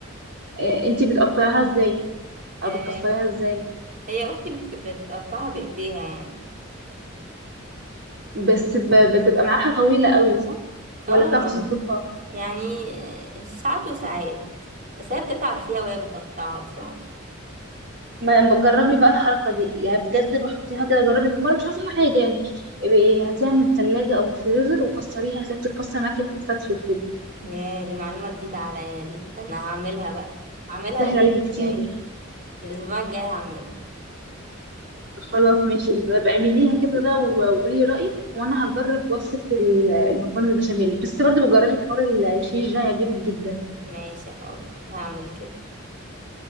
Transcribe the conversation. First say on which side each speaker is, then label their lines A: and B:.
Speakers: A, on the right; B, on the right.
A: آه انتي بتقطعيها ازاي
B: آه
A: او بتكسريها ازاي
B: هي اختي بت... بتقطعها بايديها يعني
A: بس ب... بتبقى معاها طويله قوي صح
B: اه
A: ولا بتعرف تظبطها
B: يعني آه، ساعات وساعات بس هي بتتعب فيها وهي بتقطعها بس
A: ما جربي بقى الحركة دي يعني بجد بحطيها كده جربي في مرة مش هتطلع حاجة يعني إيه، هاتيها من التلاجة أو من الفريزر وكسريها هتلاقيها بتتكسر معاكي بتتفتفت كده
B: يا دي معلومة جديدة عليا دي ده انا هعملها بقى هعملها
A: سهل
B: الاسبوع
A: عليكي كتير
B: الجاي يعني الاسبوع الجاي هعملها
A: خلاص ماشي بقى اعمليها كده بقى و- وقولي رأيك وأنا هجرب وصفة ال- المكرونة البشاميل بس برضه بجربي حوار الشيش ده هيعجبك جدا
B: ماشي حاضر هعمل كده